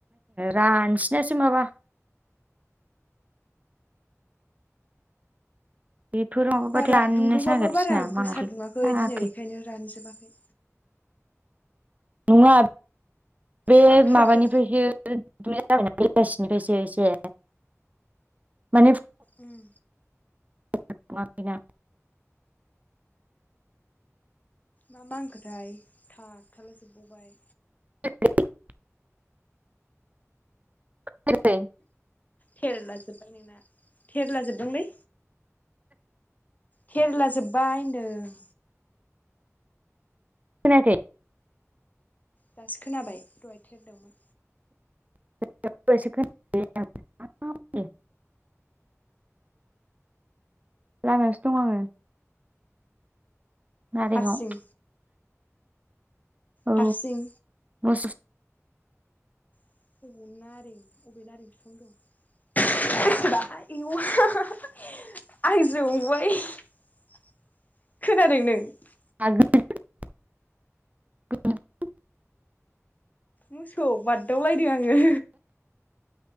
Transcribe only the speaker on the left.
बारा
दुंदुंबाबो
बारा
गोसा दुंङाखै
दिनै बेखायनो रानजोबाखै।
मा ओंख्रि
जाखो?
उम
मा मा होनखोथाय थाबथाला जोब बावबाय।
थेरला जोब्बाय नोंना थेरला जोबदोंलै। थेरेला जोब्बाय होनदों।
दासो खोनाबाय दहाय थेरदोंमोन।
हारसिं
हारसिं
<inaudible>
मोसौ बाददावलायदों आंङो।